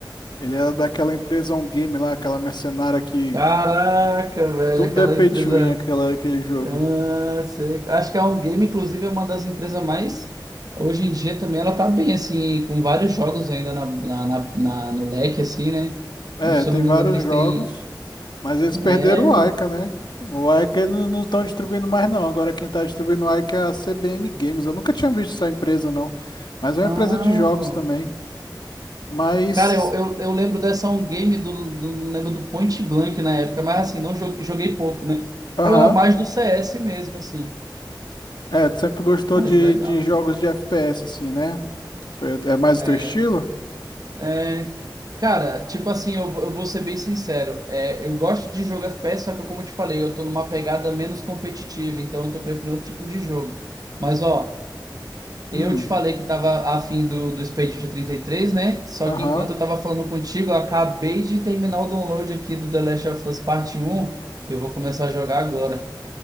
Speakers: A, on the left; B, on the right.
A: Ele era daquela empresa On Game lá, aquela mercenária que
B: Caraca, velho,
A: tudo
B: aquela
A: é pay
B: empresa.
A: to win, aquela, aquele jogo.
B: Ah, sei. Acho que a On Game, inclusive, é uma das empresas mais. Hoje em dia também ela tá bem, assim, com vários jogos ainda na, na, na- na- no leque, assim, né?
A: É,
B: Se
A: tem
B: eu não me
A: vários
B: engano, eles
A: jogos,
B: têm.
A: mas eles
B: É.
A: perderam o Aika, né? O Aika eles não estão distribuindo mais, não. Agora quem está distribuindo o Aika é a CBM Games. Eu nunca tinha visto essa empresa, não. Mas é
B: Ah,
A: uma empresa de jogos
B: pô.
A: também. Mas,
B: Cara, eu, eu, eu lembro dessa On Game, do, do, lembro do Point Blank na época, mas assim, não joguei, joguei pouco, né?
A: aham.
B: Eu era mais do CS mesmo, assim.
A: É, tu sempre gostou
B: Mas
A: de,
B: legal,
A: de jogos
B: né?
A: de FPS, assim, né? Foi- é mais
B: É.
A: o teu estilo?
B: É. Cara, tipo assim, eu, eu vou ser bem sincero. É, eu gosto de jogo FPS, só que como eu te falei, eu tô numa pegada menos competitiva, então eu tô preferindo outro tipo de jogo. Mas ó,
A: Hum,
B: eu te falei que tava afim do, do Expedition 33, né? Só
A: aham.
B: que enquanto eu tava falando contigo, eu acabei de terminar o download aqui do The Last of Us Parte Um. e eu vou começar a jogar agora.